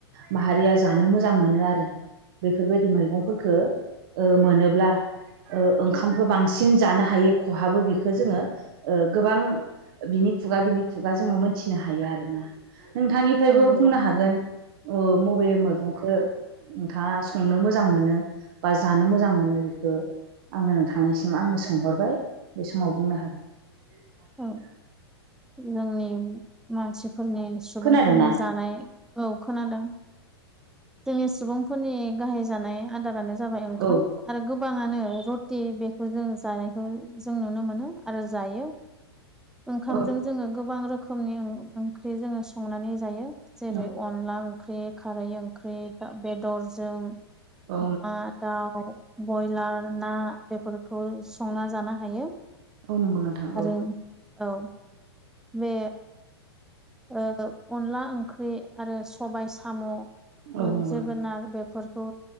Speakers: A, on the right; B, in the centre.
A: माहारि या जानो मोजां मोनो आरो। बेफोरबायदि मैगंफोरखौ मोनोब्ला ओ ओंखामखौ बांसिन जानो हायो खहाबो बेखौ जोङो गोबां बिनि खुगा बिनि खुगा जोङो मोनथिनो हायो आरो ना। नोंथांनिफ्रायबो
B: औ नंगौ
A: बुंनो हागोन ओ मबे मैगंखौ नोंथांङा संनो मोजां मोनो बा जानो मोजां मोनो बेखौ? आंङो नोंथांनिसिम आंङो सोंहरबाय बे समाव बुंनो हागोन।
B: औ जोंनि मानसिफोरनि सुबुंफोरनि
A: खोनादोंना?
B: जानाय- औ खोनादों जोंनि सुबुंफोरनि गाहाय जानाय आदारानो जाबाय ओंखाम
A: औ
B: आरो गोबांङानो रुटि बेखौ जों जानायखौ जों नुनो मोनो आरो जायो। ओंखामजों
A: औ
B: जोङो गोबां रोखोमनि ओंख्रि जोङो संनानै जायो। जेरै-अनला
A: नंगौ
B: ओंख्रि, खारै ओंख्रि बेदरजों,
A: औ
B: अमा दाउ बयलार, ना बेफोरखौ संना जानो हायो।
A: औ नंगौ नोंथां
B: आरो
A: औ।
B: औ बे ओ अनला ओंख्रि आरो सबाय साम, '
A: औ नंगौ
B: जोगोनार
A: नोंथां
B: बेफोर बेफोरखौ